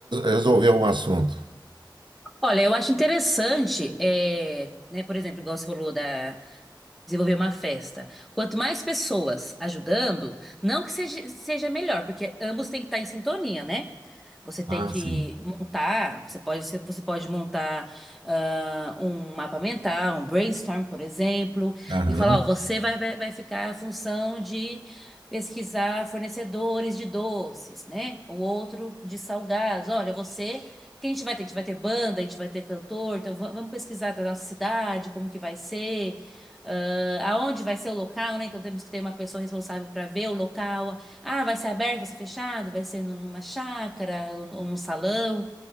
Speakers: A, on the right; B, in the centre.
A: resolver um assunto.
B: Olha, eu acho interessante, é, né, por exemplo, igual você falou da desenvolver uma festa. Quanto mais pessoas ajudando, não que seja, seja melhor, porque ambos têm que estar em sintonia, né? Você tem
A: Ah,
B: que
A: sim.
B: montar, você pode, você pode montar ah, um mapa mental, um brainstorm, por exemplo,
A: Aham.
B: e falar, ó, você vai, vai, vai ficar a função de pesquisar fornecedores de doces, né? O outro de salgados. Olha, você o que a gente vai ter? A gente vai ter banda, a gente vai ter cantor, então va- vamos pesquisar da nossa cidade, como que vai ser ah, aonde vai ser o local, né? Então temos que ter uma pessoa responsável para ver o local. Ah, vai ser aberto, vai ser fechado, vai ser numa chácara ou num salão.